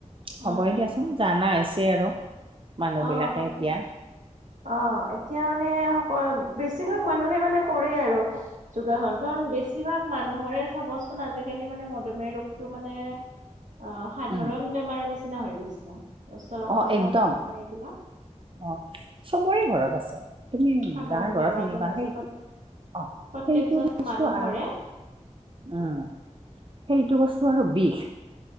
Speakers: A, on the right; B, on the right.
A: হ'বই
B: উম উম
A: দিয়াচোন
B: উম
A: জানা হৈছে আৰু মানুহ
B: অ
A: বিলাকে
B: তাকে
A: এতিয়া।
B: অ এতিয়া মানে অ বেছিভাগ মানুহে মানে কৰে আৰু। যোগাসন কাৰণ বেছিভাগ মানুহৰে চাবচোন আজিকালি মানে মধুমেহ ৰোগটো মানে।
A: <inaudible>
B: অ সাধাৰণ
A: উম।
B: বেমাৰৰ নিচিনা হৈ গৈছে। উচ্চ ৰক্তচাপ
A: অ একদম
B: মধুমেহ এইবিলাক
A: অ। চবৰে ঘৰত আছে, তুমি
B: সাধাৰণ
A: দাৰ ঘৰত
B: বেমাৰ
A: শুনিবা
B: যেন হৈছে
A: সেই অ
B: প্ৰত্যেকজন
A: সেইটো বস্তু
B: মানুহৰে
A: আৰু উম, সেইটো বস্তু আৰু বিষ